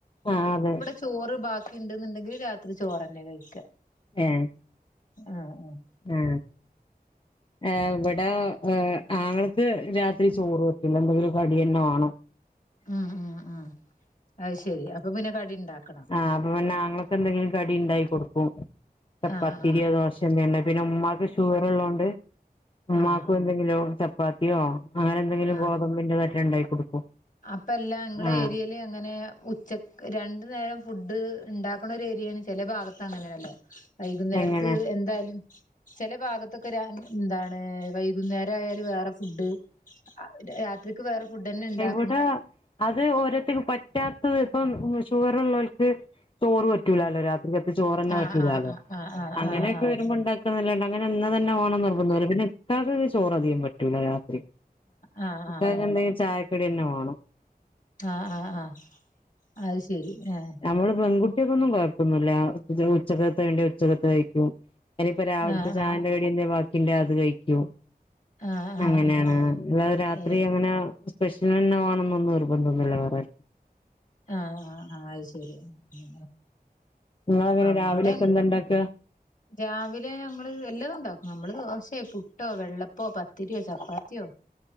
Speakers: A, on the left; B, on the left.
A: ആഹ അതെ
B: ചോറ് ബാക്കിണ്ട്ന്നുണ്ടെങ്കിൽ രാത്രി ചോറ്ന്നെ കഴിക്ക്ക
A: ഏ
B: ആഹ
A: ആ ആഹ -ഇവിടെ ഹ് ആങ്ങളക്ക്‌ രാത്രി ചോറ് പറ്റില്ല എന്തെങ്കിലും കടിയെന്നേവാണം
B: ആ ആ ആ അത് ശരി അപ്പൊ പിന്നെ കടി ഉണ്ടാക്കണം.
A: ആഹ് അപ്പൊ പിന്നെ ആങ്ങളക്ക് എന്തെങ്കിലും കടി ഉണ്ടാക്കി കൊടുക്കും.
B: ആഹ്
A: പാത്തിരിയോ
B: ആഹ് ആഹ്
A: ദോശയോ അല്ലെ പിന്നെ ഉമ്മക്ക് ഷുഗർ ഉള്ളതുകൊണ്ട് ഉമ്മാക്ക്
B: ആഹ്
A: എന്തെങ്കിലും. ചപ്പാത്തിയോ അങ്ങനെ എന്തെങ്കിലും
B: ആഹ്
A: ഗോതമ്പിന്റെതായിട്ട് ഉണ്ടാക്കി. കൊടുക്കും
B: അപ്പ എല്ലാം ങ്ങള
A: ആഹ്
B: ഏരിയല് അങ്ങനെ ഉച്ചക്ക് രണ് നേരം ഫുഡ് ഇണ്ടാക്കണൊരു ഏരിയാണ് ചില ഭാഗത്താണ് ഇങ്ങനെ യാണല്ലോ വൈകുന്നേരത്ത്
A: എങ്ങനെ
B: എന്തായാലും ചില ഭാഗത്തൊക്കെ രാ എന്താണ് വൈകുന്നേരായാല് വേറെ ഫുഡ് അ രാത്രിക്ക് വേറെ ഫുഡന്നെ ഉണ്ടാ
A: ഇവടെ അത് ഓരോത്തക്ക്പ്പം പറ്റാത്ത് പം ഷുഗറുള്ളോൾക്ക് ചോറ് പറ്റൂല്ലലോ രാത്രി ചോറന്നെ
B: ആഹ്
A: പറ്റൂലാ
B: ആഹ്
A: ലോ
B: ആഹ് ആഹ്
A: അങ്ങനെയൊക്കെ
B: ആഹ്
A: വരുമ്പോ ഇണ്ടാക്കാല്ലാണ്ട് ഇങ്ങനെ ഇന്ന്തെന്നെ വേണന്ന് നിർബന്ധല്ല പിന്നെ ഇത്താക്ക് ചോറധികം വ റ്റൂല രാത്രി
B: ആഹ് ആഹ്
A: ക്കക്കെന്തേലും ചായക്കടി ആ ന്നെ വേണം
B: ആ ആ ആ അത് ശരി ആഹ്
A: നമ്മള് പെൺകു ഉച്ചക്കൊന്നും കുഴപ്പൊന്നുല്ല ഉച്ചകൽത്തേണ്ടി ഉച്ചക്കത്തെ കഴിക്കും ഇനിയിപ്പ രാവിലത്തെ
B: ആഹ്
A: ചായേന്റെ കടിന്നെ ബാക് പിന്നെ അത് കഴിക്കും
B: ആഹ് ആഹ്
A: അങ്ങനെയാണ്
B: ആഹ് ആഹ് ആഹ്
A: അല്ലാതെ രാത്രി
B: ഏഹ്
A: അങ്ങനെ സ്പെഷ്ലെന്നെ വേണെന്നൊന്നും നിർബന്ധന്നുല്ല വേറാർ
B: ആ ആ ആ അഹ് ശരി ഏ
A: നിങ്ങളെങ്ങനെ
B: അവടെൻ
A: രാവിലെയൊക്കെ എന്താ ഉണ്ടാക്കുക
B: രാവിലെ അങ്ങള് എല്ലതുംണ്ടാക്കും നമ്മള് ദോശ ഹേ പുട്ടോ വെള്ളപ്പോ പത്തിരിയോ ചപ്പാത്തിയോ